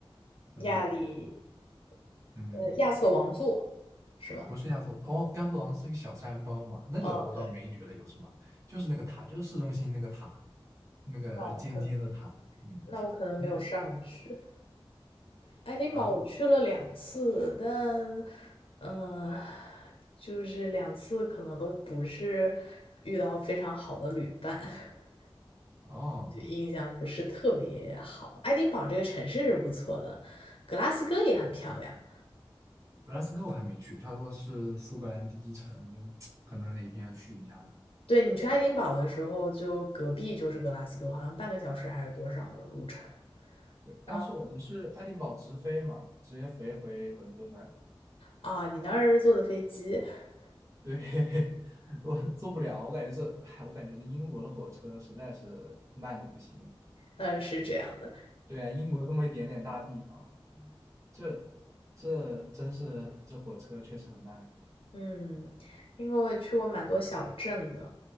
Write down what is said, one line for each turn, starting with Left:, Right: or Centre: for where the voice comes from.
Right: 就是
Left: 亚里，
Right: 嗯，
Left: 呃，亚瑟王座是吗？
Right: 不是亚索，哦，亚速王是一个小山包嘛，那个我倒没觉得有什么，
Left: 嗯，对，
Right: 就是那个塔，就是市中心那个塔，那个尖尖的塔，
Left: 那我可能
Right: 嗯，
Left: 那我可能没有上去。
Right: 那
Left: 爱丁堡我去了两次，
Right: 啊
Left: 但，嗯、就是两次可能都不是遇到非常好的旅伴，<laughs>
Right: 哦，
Left: 就印象不是特别好。爱丁堡这个城市是不错的，格拉斯哥也很漂亮。
Right: 格拉斯哥我还没去，他说是苏格兰第一城，我 <tsk> 可能哪天要去一下吧。
Left: 对，你去爱丁堡的时候，就隔壁就是格拉斯哥，好像半个小时还是多少的路程。
Right: 对，当时我们是爱丁堡直飞嘛，
Left: 然后
Right: 直接飞回伦敦来了。
Left: 啊，你当时是坐的飞机，<laughs>
Right: 对，<laughs> 我坐不了，我感觉这，哎，我感觉这英国的火车实在是慢的不行。
Left: 嗯，是这样的。
Right: 对啊，英国这么一点点大地方，这这真是这火车确实很慢。
Left: 嗯，因为我也去过蛮多小镇的，